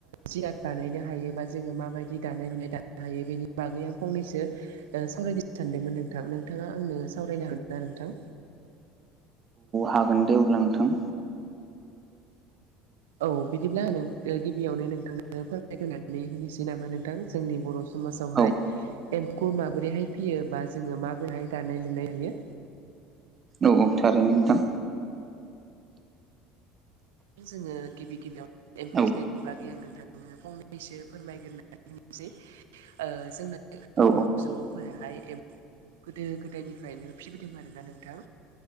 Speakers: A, on the right; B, on the right.
A: जियाद बानायनो हायो बा जोङो माबायदि दानाय लुनाय दानो हायो बेनि बागै आं फंनैसो सावरायनो सानदोंमोन नोंथां नोंथाङा आंनो सावरायनो हागोन ना नोंथां
B: हागोन दे अब्ला नोंथां
A: औ बिदिब्ला गिबियावनो नोंथांनो फोरमायग्रानै होनोसै नामा नोंथां जोंनि बर' स समाजावहाय
B: औ
A: एम्फौ माबोरैहाय फियोबा जोङो माबोरैहाय दानाय लुनाय हायो?
B: औ औ थारैनो नोंथां
A: जोङो गिबि गिबियाव एम्फौ
B: औ
A: फिसिनायनि बागै आं नोंथां आङो फंनैसो फोरमायग्रोना होनोसै जोंना बर'
B: औ
A: सुबुं फोराहाय एम्फौखौ गोदो गोदायनिफ्रायनो फिबोदों आरोना नोंथां